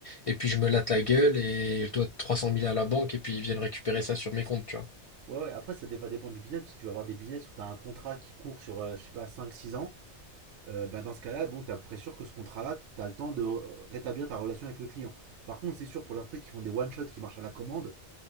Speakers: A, on the left; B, on the right.
A: et puis je me latte la gueule et je dois 300 000 à la banque et puis ils viennent récupérer ça sur mes comptes, tu vois.
B: Ouais, ouais, après, ça va dépendre du business parce que tu vas avoir des business où tu as un contrat qui court sur, euh, je sais pas, cinq, six ans euh, bah, dans ce cas-là, bon, t'es à peu près sûr que ce contrat-là, t'as le temps de rétablir ta relation avec le client. Par contre, c'est sûr pour les entreprises qui font des one-shots qui marchent à la commande,